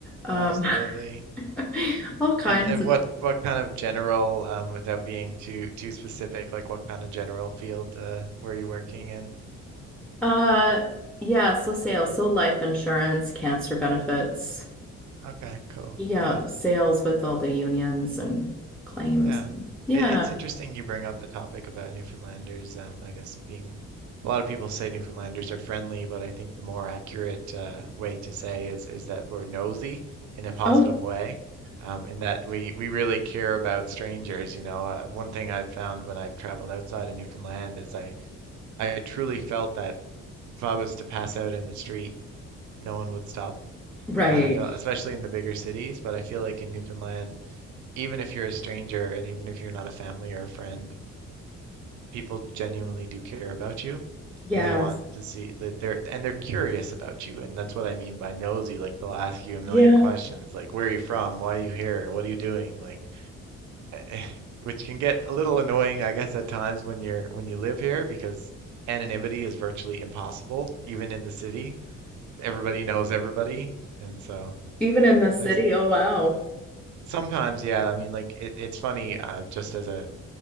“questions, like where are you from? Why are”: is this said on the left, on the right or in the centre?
Right